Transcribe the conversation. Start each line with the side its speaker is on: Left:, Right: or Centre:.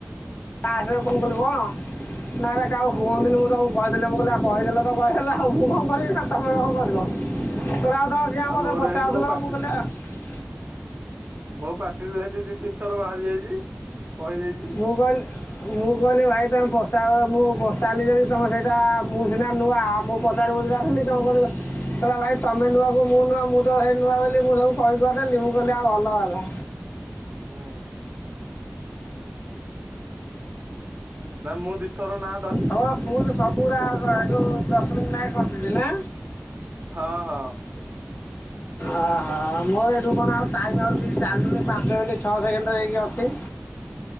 Left: କ ଆସ କଣ କଲୁ କଣ। <unintelligible> ନ ନା ଆଉ କୁହନ୍ତିନି ମୁଁ ସବୁ କହିଥିଲି ମୁଁ କହିଲ ଆଉ କହିଦେ ତ କହିଦେ ଆଉ ମୁଁ କଣ କରିବିନା ତମେ କଣ କରିବ। ଆଉ ତମ ଆଜ୍ଞା
Right: ଆଉ
Left: ମତେ
Right: ମୋର
Left: ପଚାଉଥିଲ
Right: ଏମିତି ମୋ ପାଟି
Left: ମୁଁ କହିଲେ ଆଉ
Right: ମୋ ପାଟିରୁ ଏନ୍ତି ଦି ତିନି ଥର ବାହାରି ଯାଇଛି ମୁଁ କହି ଦେଇଛି।
Left: ମୁଁ କହିଲି ମୁଁ କହିଲି ଭାଇ ତମେ ପଚାର ମୁଁ ପଚାରିଲି ଯଦି ତମେ ସେଇଟା ମୁଁ ସିନା ନୂଆ ଆ ମୁ ତାର ବ ଆସିଲି ତମ କ <unintelligible> କହିଲା ଭାଇ ତମେ ନୁଆଁକୁ ମୁଁ ନୁଆଁ ମୁଁ ତ ନୁଆଁ ବୋଲି ମୁଁ ସବୁ କହି କୁହାଦେଲି ମୁଁ କହିଲି ଆଉ ଭଲ ହେଲା।
Right: ହୁଁ ନାାଇଁ ମୁଁ ଦି ଥର ନା
Left: ହଉ ଫୁଲ ସବୁୁରା ଏ ଯଉ ଦଶ ମିନିଟ ନ କମ୍ପ୍ଲିଟ ନା?
Right: ହଁ ହଁ।
Left: ଓହୋ ମୋର ଏଇଠୁ କଣ ଆଉ ଟାଇମ ଆ ଚାଲୁନି ପାଞ୍ଚ ମିନିଟ ଛଅ ସେକେଣ୍ଡରେ ହେଇକି ଅଛି।